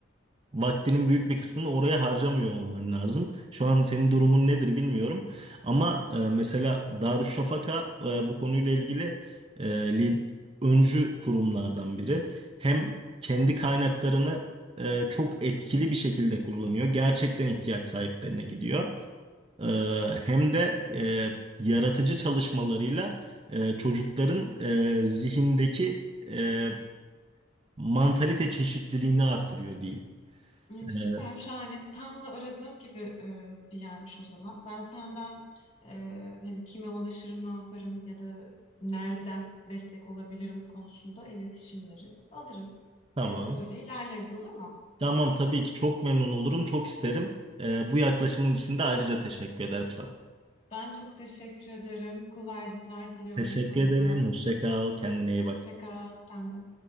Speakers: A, on the right; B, on the left.
A: vaktinin büyük bir kısmını oraya harcamıyor olman lazım. Şu an senin durumun nedir bilmiyorum. Ama e, mesela Darüşşafaka e, bu konuyla ilgili e, lid- öncü kurumlardan biri. Hem kendi kaynaklarını e, çok etkili bir şekilde kullanıyor. Gerçekten ihtiyaç sahiplerine gidiyor. E, hem de e, yaratıcı çalışmalarıyla e, çocukların e, zihindeki e, mantalite çeşitliliğini arttırıyor diyeyim.
B: Yani
A: E,
B: Süper, şahane. Tam da aradığım gibi e, bir yermiş o zaman. Ben senden e, hani kime ulaşırım, ne yaparım ya da nereden destek olabilirim konusunda iletişimleri alırım.
A: tamam.
B: E, öyle ilerleriz olur mu?
A: Tamam tabii ki çok memnun olurum, çok isterim. E, bu yaklaşımın için de ayrıca teşekkür ederim sana.
B: Ben çok teşekkür ederim. Kolaylıklar diliyorum
A: Teşekkür
B: sana
A: ederim.
B: da.
A: Hoşça kal. Kendine iyi
B: Hoşça
A: bak.
B: kal, sen de.